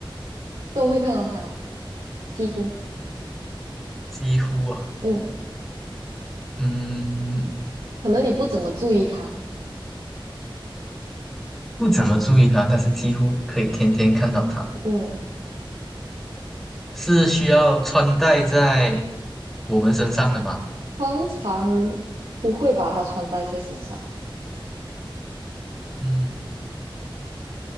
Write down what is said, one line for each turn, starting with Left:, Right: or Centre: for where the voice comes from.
Right: 都会看到它，几乎，
Centre: 几乎啊，
Right: 嗯，
Centre: 嗯，
Right: 可能你不怎么注意它，
Centre: 不怎么注意它，但是几乎可以天天看到它。
Right: 嗯，
Centre: 是需要穿戴在我们身上的吗？
Right: 通常不会把它穿戴在身上，
Centre: 嗯，